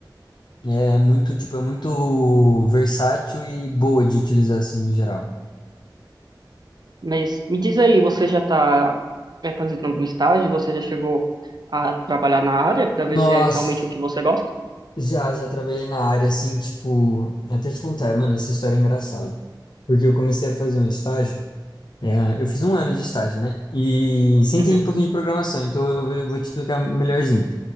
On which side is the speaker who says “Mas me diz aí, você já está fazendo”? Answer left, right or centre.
Right